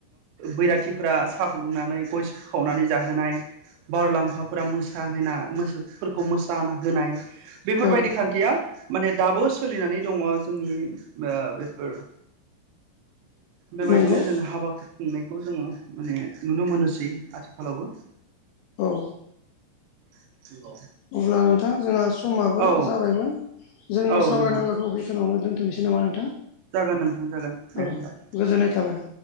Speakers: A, on the right; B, on the left.
A: बैराथिफोरा साहा फुदुंनानै गय खावनानै जाहोनाय। बारुलाम्फाफोरा मोसाहोना मोसफोरखौ मोसा होनाय। बेफोरबायदि
B: औ
A: खान्थिया माने दाबो सोलिनानै दङ जोंनि आ। फोर बेबायदिनो
B: नंगौ
A: जोङो हाबाखौ खुंनायखौ जोङो माने नुनो मोनोसै आथिखालावबो।
B: औ।
A: <unintelligible>
B: अब्ला नोंथां जोंहा समाबो
A: औ
B: जाबायमोन जोंनि
A: औ
B: सावरायनांगौखौ
A: नोंथां
B: बे सोरनावनो दोनथ'सै नामा नोंथां?
A: जागोन नोंथां जागोन दे
B: औ
A: होमबा।
B: गोजोननाय थाबाय।